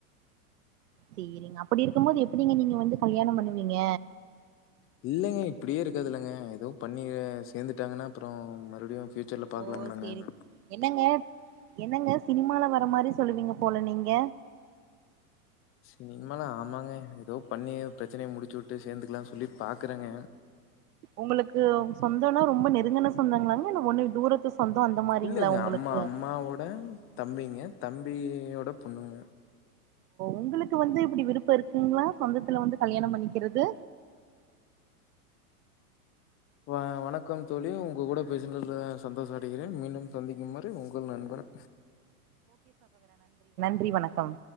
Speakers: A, on the right (about 85°); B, on the left (about 30°).
A: சேரிங்க அப்படி இருக்கும் போது எப்டிங்க நீங்க வந்து கல்யாணம் பண்ணுவீங்க
B: இல்லைங்க இப்பிடியே இருக்காதுல்லங்க எதோ பண்ணி சேந்துட்டாங்கன்னா அப்புறோ மறுடியு ஃப்யூச்சர்ல பாக்கலாம்லங்கம்
A: ஓ சேரி என்னங்க என்னங்க சினிமால வர மாரி சொல்லுவீங்க போல நீங்க
B: சினிமல ஆமாங்க எதோ பண்ணி பிரச்சனைய முடிச்சு விட்டு சேந்துக்லான் சொல்லி பாக்கறங்க
A: உங்களுக்கு சொந்தோன்னா ரொம்ப நெருங்கன சொந்தங்ளாங்க இல்ல ஒண்ணு தூரத்து சொந்தம் அந்த மாரிங்களா
B: இல்லங்க
A: உங்களுக்கு
B: அம்மா அம்மாவோட தம்பிங்க தம்பியோட பொண்ணுங்க
A: உங்களுக்கு வந்து இப்படி விருப்பம் இருக்குங்களா சொந்தத்துல வந்து கல்யாணம் பண்ணிக்கிறது
B: வ வணக்கம் தோழி உங்க கூட பேசுனதுல சந்தோஷ அடைகிறேன் மீண்டும் சந்திக்கும் வரை உங்கள் நண்பன்
A: ன்றி வணக்கம்